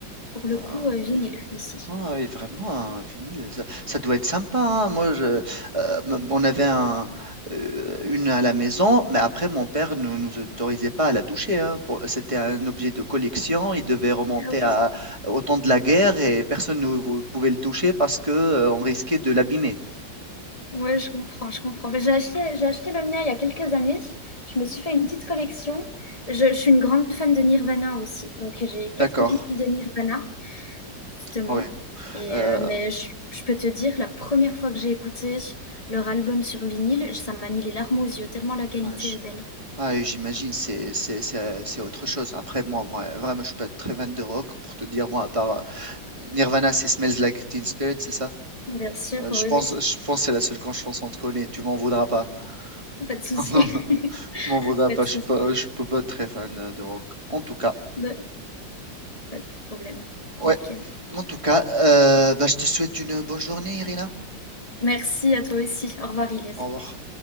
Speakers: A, on the left; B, on the right.
A: pour le
B: Bah,
A: coup, euh, vinyle ici.
B: ouais, ouais, vraiment, un vinyle, ça, ça doit être sympa. hein. Moi, je, euh, m- on avait un, euh, une à la maison, mais après, mon père ne nous autorisait pas à la toucher. hein. Pour- C'était un objet de collection. Il devait remonter
A: Ah oui.
B: à, au temps de la guerre et personne ne vou- pouvait le toucher parce que, euh, on risquait de l'abîmer.
A: Ouais, je comprends, je comprends. Mais J'ai acheté, j'ai acheté le mien il y a quelques années. Je me suis fait une petite collection. Je, je suis une grande fan de Nirvana aussi. Donc, j'ai quatre
B: D'accord.
A: vinyles de Nirvana, justement.
B: Ouais.
A: Et,
B: Euh,
A: euh, mais je, je peux te dire, la première fois que j'ai écouté leur album sur vinyle, ça m'a mis les larmes aux yeux, tellement la qualité
B: ouais, je-
A: est belle.
B: ah, et j'imagine, c'est c'est- c'est- c'est autre chose. Après, moi, vra- vraiment, je suis pas très fan de rock pour te dire, moi, à part Nirvana, c'est Smells Like Teen Spirit, c'est ça?
A: Bien sûr,
B: Euh, Je
A: oui,
B: pense,
A: oui.
B: je pense que c'est la seule con- chanson que je connais. Tu m'en voudras pas.
A: Pas de souci.
B: <laughs>
A: <laughs>
B: Tu m'en voudras
A: Pas
B: pas.
A: de souci.
B: Je peux, je peux pas être très fan euh, de rock. En tout cas,
A: De- Pas de problème.
B: ouais.
A: Ok.
B: En tout cas, euh, bah, je te souhaite une bonne journée, Irina.
A: Merci à toi aussi. Au revoir, Ilias.
B: Au revoir.